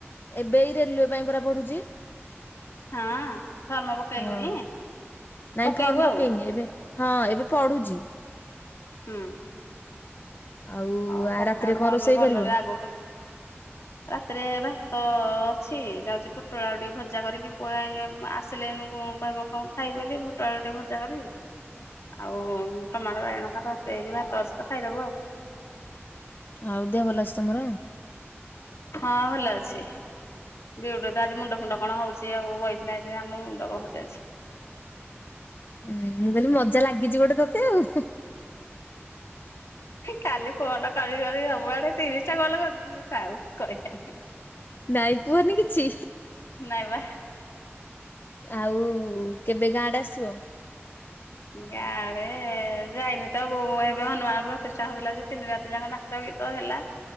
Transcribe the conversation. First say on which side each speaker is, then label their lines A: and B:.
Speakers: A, on the left; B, on the left.
A: ଏବେ ଏଇ ରେଲୁୱେ ପାଇଁ ପରା ପଢ଼ୁଚି।
B: ହଁ ଫର୍ମ ପକେଇଲୁଣି
A: ହଁ ନାଇଁ
B: ପକେଇବୁ
A: ଫର୍ମ
B: ଆଉ
A: ପକେଇନି ଏବେ ହଁ ଏବେ ପଢୁଚି।
B: ହୁଁ।
A: ଆଉ
B: ହଉ
A: ଆ
B: ପକା
A: ରାତିରେ
B: ଫର୍ମ
A: କଣ ରୋଷେଇ
B: ଭଲରେ
A: କରିବ?
B: ଆଗକୁ ରାତିରେ ଭାତ ଅ ଅଛି। ଯାଉଛି ପୋଟଳ ଆଳୁ ଟିକିଏ ଭଜା କରିକି ପୁୁଅ ଆଇଲା ଆସିଲେ ଏନୁ କହିବ କଣ ଖାଇବ ବୋଲି ପୋଟଳ ଆଳୁ ଟିକେ ଭଜା କରିବି ଆଉ ଟମାଟ ବାଇଗଣ <unintelligible> <unintelligible> ଭାତ ଅଛି ତ ଖାଇଦବୁ ଆଉ।
A: ଆଉ ଦେହ ଭଲ ଅଛି ତମର?
B: ହଁ ଭଲ ଅଛି। ବିଉଟି ର ତ ଆଜି ମୁଣ୍ଡ ଫୁଣ୍ଡ କଣ ହଉଚି ଆଉ ବଇଥିଲା ଏଇଖିନା ଆଉ ମୁଣ୍ଡ କଣ ହଉଚି ଆଜି।
A: ହୁଁ ମୁଁ କହିଲି ମଜା ଲାଗିଚି ଗୋଟେ ତୋତେ ଆଉ।
B: କାଲି ଫୋନ କରି କରି ସବୁଆଡେ ତିରିଶ ଟା ଗଲ କେ ଥାଉ କହିବନି
A: ନାଇଁ କୁହନି କିଛି।
B: ନାଇଁ ବା।
A: ଆଉ କେବେ ଗାଁ ଆଡେ ଆସିବ।
B: ଗାଁ ଆଡେ ଯାଇନି ତ ବୋ ଏବେ ହନୁମାନ ପ୍ରତିଷ୍ଠା ହଉଥିଲା ଯେ ତିନି ରାତି ଯାକ ନା ଚ ଗୀତ ହେଲା।